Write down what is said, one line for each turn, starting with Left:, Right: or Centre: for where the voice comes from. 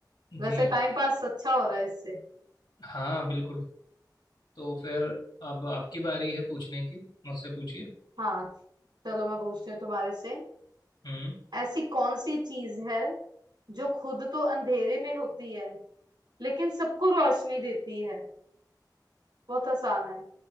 Right: वैसे
Left: जी
Right: टाइम पास अच्छा हो रहा है इससे
Left: हाँ बिल्कुल तो फिर अब आपकी बारी है पूछने की मुझसे पूछिए
Right: हाँ चलो मैं पूछती हूँ तुम्हारे से
Left: हम्म
Right: ऐसी कौन सी चीज है जो खुद तो अंधेरे में होती है लेकिन सबको रोशनी देती है बहुत आसान है